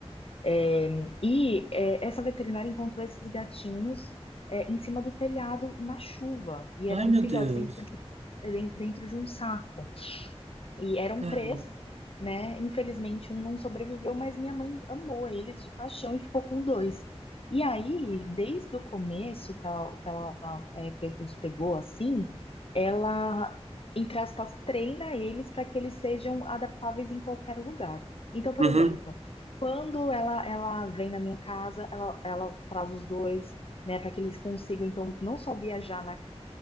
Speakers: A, on the left; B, on the right.
A: É, e é, essa veterinária encontrou esses gatinhos é, em cima do telhado na chuva e eram
B: Ai, meu
A: filhotes
B: Deus.
A: dentro de, dentro de um saco. E eram
B: Cara.
A: três, né? Infelizmente, um não sobreviveu, mas minha mãe amou eles de paixão e ficou com dois. E aí, desde o começo que ela, que ela é, pe- os pegou assim, ela, entre aspas, treina eles para que eles sejam adaptáveis em qualquer lugar. Então, por
B: Uhum,
A: exemplo, quando ela, ela vem na minha casa, ela, ela traz os dois, né, para que eles consigam, então, não só viajar